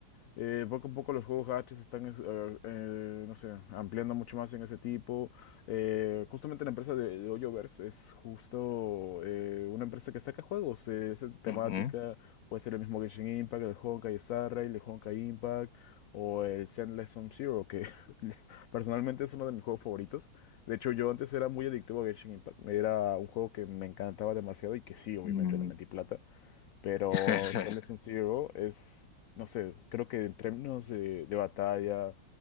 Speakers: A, on the left (about 80°); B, on the left (about 55°).
A: eh, poco a poco los juegos gachas están, es- eh, eh, no sé, ampliando mucho más en ese tipo. Eh, justamente la empresa de, de Hoyoverse es justo eh, una empresa que saca juegos. eh, esa temática
B: ujú,
A: puede ser el mismo Genshin Impact, el Honkai Star Rail, el Honkai Impact o el Zenless Zone Zero, que <laughs> personalmente es uno de mis juegos favoritos. De hecho, yo antes era muy adictivo a Genshin Impact. Era un juego que me encantaba demasiado y que sí, obviamente
B: mm.
A: le metí plata. Pero
B: <laughs>
A: Silent Zero es, no sé, creo que en términos de, de batalla